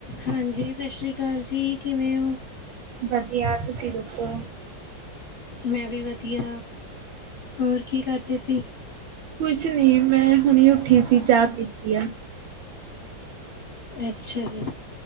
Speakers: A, on the left; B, on the right.
A: ਹਾਂਜੀ ਸ਼ਸ ਸ੍ਰੀ ਕਾਲ ਜੀ ਕਿਵੇਂ ਓ?
B: ਬਦੀਆ ਤੁਸੀਂ ਦੱਸੋ
A: ਮੈਂ ਵੀ ਵਧੀਆ ਹੋਰ ਕੀ ਕਰਦੇ ਸੀ?
B: ਕੁਛ ਨੀ ਮੈਂ ਹੁਣੇ ਈ ਉੱਠੀ ਸੀ ਚਾ ਪੀਤੀ ਆ।
A: ਅੱਛਾ ਜੀ।